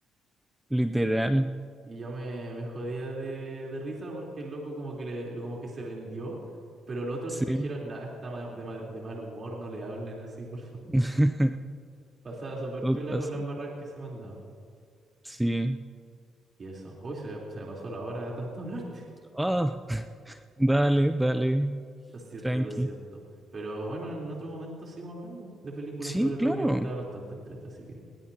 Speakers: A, in the centre; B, on the right (about 40°).
A: Literal.
B: Y yo me, me jodía de, de risa porque el loco como que, le, lo- como que se vendió, pero los otros
A: Sí.
B: dijeron, nada, está ma- de, ma- de mal humor, no le hablen así, por favor.
A: <laughs>
B: <laughs> Pasaba súper
A: Tu
B: piola
A: casa.
B: con la embarrada que se mandaba.
A: Sí.
B: Y eso, hoy se, me se me pasó la hora de tanto hablarte. <laughs>
A: Ah, <laughs> dale, dale.
B: Lo siento,
A: Tranqui.
B: lo siento. Pero bueno, en otro momento seguimos hablando de películas
A: Sí,
B: sobre todo
A: claro.
B: que está bastante entrete, así que